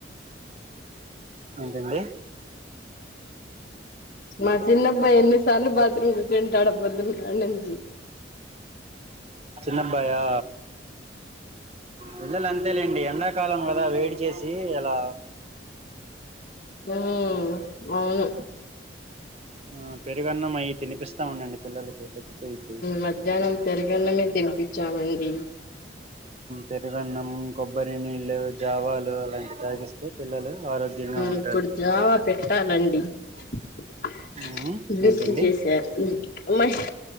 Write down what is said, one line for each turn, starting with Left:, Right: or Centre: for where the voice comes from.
Right: ఏంటి అండి
Left: మా చిన్నబ్బాయి ఎన్నిసార్లు బాత్రూమ్ కుర్చుంటాడో పోదున్నకానుంచి
Right: చిన్నబ్బాయా పిల్లలు అంతేలేండి ఎలా ఎండాకాలం కదా వేడి చేసి ఇలా
Left: ఉ అవును
Right: ఆ పెరుగన్నం అయి తినిపిస్తా ఉండండి పిల్లలకి తగ్గిపోయిద్ది
Left: మధ్యాహ్నం పెరగన్నమే తినిపించామండి
Right: పెరుగన్నం కొ కొబ్బరి నీళ్లు జావాలు అలాంటి తాగిస్తే పిల్లలు ఆరోగ్యంగా ఉంటారు
Left: ఇప్పుడు జావా పెట్టాలండి <unintelligible>
Right: ఉమ్
Left: <inaudible> గుర్తు
Right: ఏంటండి
Left: చేశారు మ